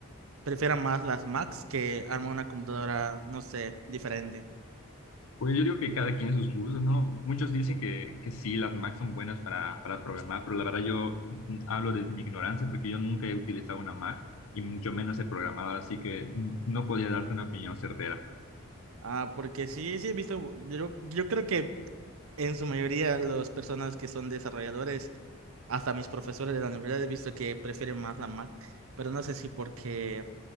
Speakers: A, on the right; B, on the left.
A: prefieran más las Macs que armar una computadora, no sé, diferente?
B: Pues yo digo que cada quien sus gustos, ¿no? Muchos dicen que, que sí, las Mac son buenas para, para programar, pero la verdad yo mm, hablo desde mi ignorancia porque yo nunca he utilizado una Mac y mucho menos he programado, así que mm, no podría darte una opinión certera.
A: Ah, porque sí, sí he visto, yo, yo creo que en su mayoría las personas que son desarrolladores, hasta mis profesores de la universidad he visto que prefieren más la Mac, pero no sé si porque